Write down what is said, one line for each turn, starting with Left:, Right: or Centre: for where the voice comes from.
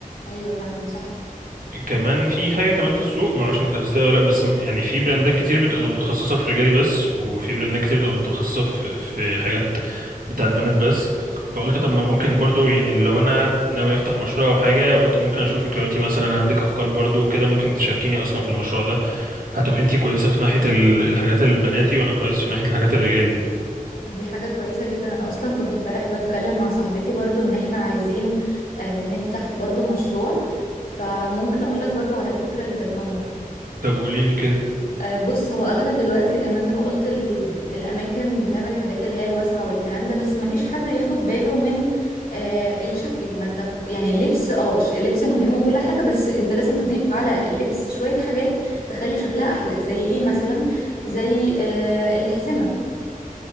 Left: ايوه فعلا صح
Right: كمان في حاجه كمان في السوق ما اعرفش انت لاحظتها ولا لا بس م- يعني في براندات كتير بتبقى متخصصه في رجالي بس وفي براندات كتير بتبقى متخصصه في في حاجات بتاعت بنات بس فقلت طب ما ممكن برضو يعني لو انا ناوي افتح مشروع او حاجه قلت ممكن اشوفك لو انت مثلا عندك افكار برضو وكده ممكن تشاركيني اصلا في المشروع ده هتبقى انتي كويسة في ناحية ال- الحاجات البناتي وانا كويس في ناحية الحاجات الرجالي
Left: دي حاجة كويسة جدا أنا أصلا كنت امبارح بتكلم مع صاحبتي برضو إن إحنا عايزين آه، نفتح برضو مشروع فممكن أقولك برضو على الفكرة اللي في دماغنا
Right: طب قولي لي كده
Left: آه، بص هو أغلب دلوقتي زي ما أنت ما قلت ال- الأماكن بتعمل حاجات اللي هي الواسعة والكلام ده بس مفيش حد بياخد باله من آه، الشكل ما أنت يعني اللبس اه ش- اللبس مهم وكل حاجة بس أنت لازم تضيف على اللبس شوية حاجات تخلي شكلها أحلى زي إيه مثلا زي آه، الأحزمة